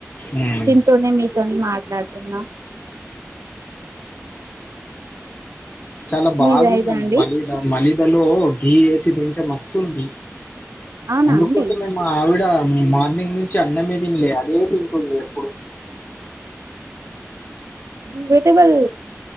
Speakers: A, on the left (about 35°); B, on the right (about 75°).
A: మ్మ్.
B: తింటూనే మీతోని మాట్ లాడుతున్న
A: చాలా బాగుందండి
B: మీది అయిందా అండి
A: మలిద మలిదలో గీ యేసి తింటే మస్తుంది.
B: అవునా
A: అందుకోసమే
B: అండి
A: మా ఆవిడ ఉమ్ మార్నింగ్ నుంచి అన్నమే తినలే అదే తింటుంది ఎప్పుడు.
B: వెజిటబుల్